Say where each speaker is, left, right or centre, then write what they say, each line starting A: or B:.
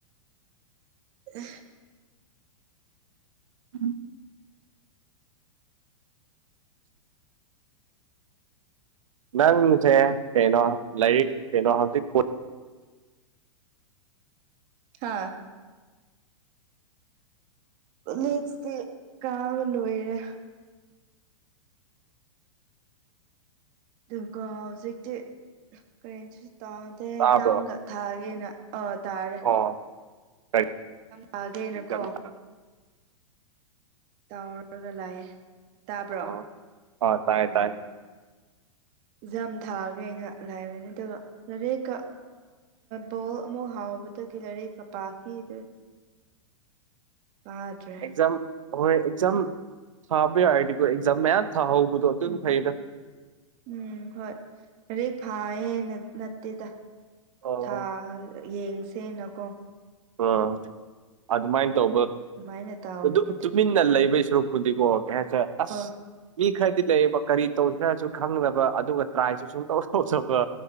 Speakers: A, on the right; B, on the right.
A: ꯎ
B: ꯎꯝ ꯅꯪꯁꯦ ꯀꯩꯅꯣ ꯂꯥꯏꯔꯤꯛ ꯀꯩꯅꯣ ꯍꯧꯖꯤꯛ
A: ꯍꯥꯥ ꯀꯂꯦꯖꯇꯤ ꯀꯥꯕ ꯂꯣꯏꯔꯦ ꯑꯗꯨꯒ ꯍꯧꯖꯤꯛꯇꯤ ꯀꯔꯦꯟꯁꯤ ꯇꯥ ꯇ ꯑꯦꯛꯖꯥꯝ
B: ꯇꯥꯕ꯭ꯔꯣ
A: ꯊꯥꯒꯦꯅ ꯇꯥꯔꯦ
B: ꯑꯣ ꯀꯔꯤ
A: ꯇꯥꯒꯦꯅꯀꯣ
B: ꯑꯦꯛꯖꯥꯝ ꯊꯥ
A: ꯇꯥꯎꯔꯒ ꯂꯥꯛꯑꯦ ꯇꯥꯕ꯭ꯔꯣ
B: ꯑꯣ ꯑꯥ ꯇꯥꯏ
A: ꯎꯝ
B: ꯇꯥꯏ
A: ꯑꯦꯛꯖꯥꯝ ꯊꯥꯔꯒꯦ ꯑꯩꯅ ꯂꯥꯛꯕ ꯅꯠꯇ ꯂꯔꯦꯛꯀ ꯕꯣꯜ ꯑꯃ ꯍꯥꯎꯕꯗꯒꯤꯂꯔꯤꯒ ꯄꯥꯈꯤꯗ ꯃꯥ꯭ꯔꯦ
B: ꯛꯖꯝ ꯍꯣꯏ ꯑꯦꯛꯖꯥꯝ ꯊꯥꯕ ꯌꯥꯗꯤꯀ ꯑꯦꯛꯖꯥꯝ ꯃꯌꯥꯝ ꯊꯥꯍꯧꯕꯗꯣ ꯑꯗꯨꯝ
A: ꯎꯝ
B: ꯐꯩꯗ
A: ꯎꯝ ꯍꯣꯏ ꯍꯧꯗꯤ ꯐꯥꯌꯦꯦ ꯅꯠꯇꯦꯗ
B: ꯑꯣ
A: ꯑꯣꯥ ꯌꯦꯡꯁꯦꯅꯀꯣ
B: ꯑꯣ ꯑꯗꯨꯃꯥꯏꯅ ꯇꯧꯕ
A: ꯑꯗꯨꯃꯥꯏꯅ ꯇꯥꯎꯕꯅꯤꯗ
B: ꯑꯗꯨꯝ ꯇꯨꯃꯤꯟ ꯅ ꯂꯩꯕꯩ ꯁꯔꯨꯛꯄꯨꯗꯤꯀꯣ ꯀꯩ ꯍꯥꯏꯁꯦ ꯑꯁ
A: ꯑꯣ
B: ꯏ ꯈꯔꯗꯤ ꯂꯩꯌꯦꯕ ꯀꯔꯤ ꯇꯧꯁꯤ꯭ꯔꯥꯁꯨ ꯈꯪꯗꯕ ꯑꯗꯨꯒ ꯇ꯭ꯔꯥꯏꯁꯨ ꯁꯨꯝ ꯇꯧ ꯇꯧꯁꯕ